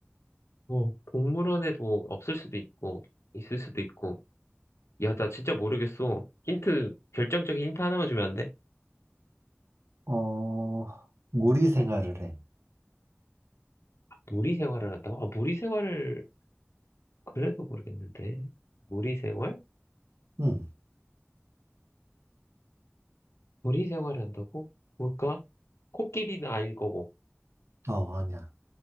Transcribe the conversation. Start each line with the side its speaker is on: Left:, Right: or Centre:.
Left: 어, 동물원에도 없을 수도 있고, 있을 수도 있고. 야, 나 진짜 모르겠어. 힌트, 결정적인 힌트 하나만 주면 안 돼?
Right: 어, 무리 생활을 해.
Left: 무리 생활을 한다고? 아, 무리 생활을, 그래도 모르겠는데. 무리 생활?
Right: 응,
Left: 무리 생활을 한다고? 뭘까? 코끼리는 아닐 거고,
Right: 어, 아니야.